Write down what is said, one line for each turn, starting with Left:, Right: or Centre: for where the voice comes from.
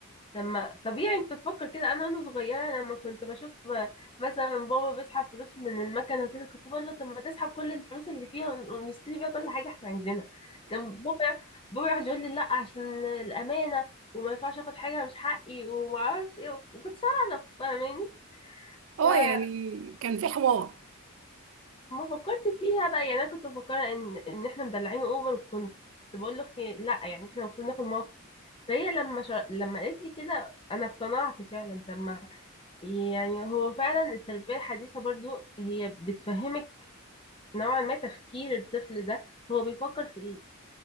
Left: لما طبيعي انت تفكر كده انا وانا صغيره لما كنت بشوف مثلا بابا بيسحب فلوس من المكنه وكده كنت بقول له طب ما تسحب كل الفلوس اللي فيها ونشتري بيها كل حاجه احنا عايزينها كان بابا بابا يقعد يقول لي لا عشان الامانه وما ينفعش اخد حاجه مش حقي وما اعرفش ايه وكنت اعرف فاهماني
Right: اه
Left: فلما
Right: يعني كان في حوار
Left: فكرت فيها بقى يعني انا كنت مفكره ان ان احنا مدلعين اوفر كنت بقول لاختي لا يعني احنا المفروض ناخد موقف فهي لما شا... لما قالت لي كده انا اقتنعت فعلا لما يعني هو فعلا التربية الحديثة برضو هي بتفهمك نوعا ما تفكير الطفل ده هو بيفكر في ايه